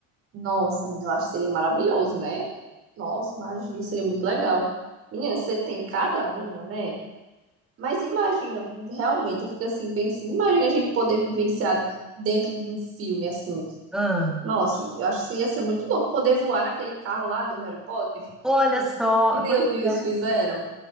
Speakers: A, on the right; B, in the centre.
A: Nossa, menina, eu acho que seria maravilhoso, né? Nossa, imagina, seria muito legal. Menina, você tem cada uma, né? Mas imagina, realmente, eu fico assim pensando, imagina a gente poder vivenciar dentro de um filme assim.
B: Ah,
A: Nossa, eu acho que ia ser muito louco poder voar naquele carro lá do Harry Potter, <laughs>
B: olha só,
A: que nem
B: pois
A: os meninos
B: é.
A: fizeram.